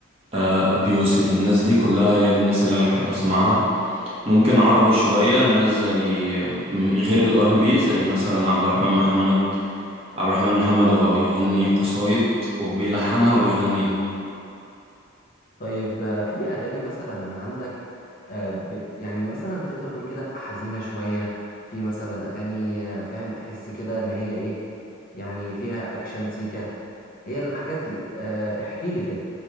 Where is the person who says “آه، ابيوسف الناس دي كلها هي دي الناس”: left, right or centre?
Right